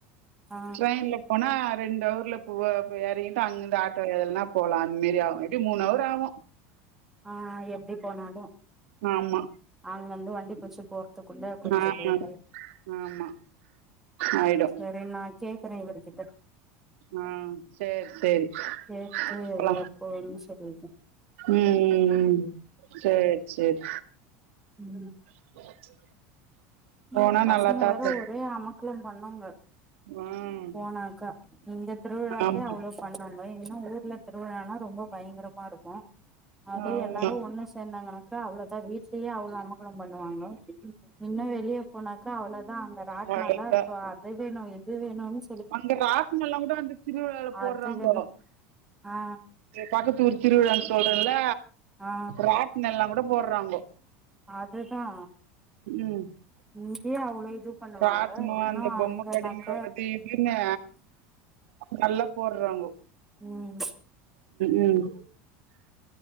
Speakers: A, in the centre; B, on the right.
A: ஆ
B: ட்ரெயின்ல போனா ரெண்டு அவர்ல போ போயி எறங்கிட்டு அங்கருந்து ஆட்டோ எதுலன்னா போலா அந்தமேரி ஆகு எப்டியு மூணுஅவர் ஆகு
A: ஆ எப்டி போனாலு
B: ஆமா
A: அங்கருந்து வண்டி புடிச்சு போற த்துக்குள்ள கொஞ்ச
B: ஆமா
A: லேட்டாயி
B: ஆமா ஆயிடு
A: சேரி நா கேக்குற இவருக்கிட்ட
B: ஆ சேரி சேரி
A: கேட்டு
B: போலா
A: எப்போன்னு சொல்லுங்க
B: ம் ம் ம் சேரி சேரி
A: ம்
B: <unintelligible>
A: ம் பசங்க
B: நல்லாத்தா
A: வேற
B: இருக்கு
A: ஒரே அமக்களம் பண்ணாங்க
B: ம்
A: போனாக்கா இங்க திருவிழாக்கே
B: ஆமா
A: அவ்வளோ பண் ணாங்க இன்னு ஊர்ல திருவிழானா ரொம்ப பயங்கரமா இருக்கு அது
B: ஆமா
A: எல்லாரு ஒண்ணு சேந்தாங்கனக்கா அவ்வளோதா வீட் டயே அவ்ளோ அமக்களம் பண்ணுவாங்க இன்னு வெளிய போனாக்கா அவ்ளோதா அங்க ராட்னலாம்
B: கரெக்டா
A: இருக்கு அது வேணு இது வேணுனு
B: அங்க ராட்னம்லா கூட அந்த திருவிழால போட்றாங்கோ
A: அதுக்குதா ஆ
B: பக்கத்தூர் திருவிழான் சொல்றேன்ல
A: ஆ
B: ராட்னெல்லா கூட போற்றாங்கோ
A: அததா
B: ம்
A: இங்யே அவுளோ இது பண்ணுவாங்க
B: ராட்னோ
A: இங்குனா
B: அந்த பொம்ம
A: அங்கன்னாக்க
B: கடைங்க அது இதுன்னு நல்லா போடுறாங்கோ
A: ம்
B: ம்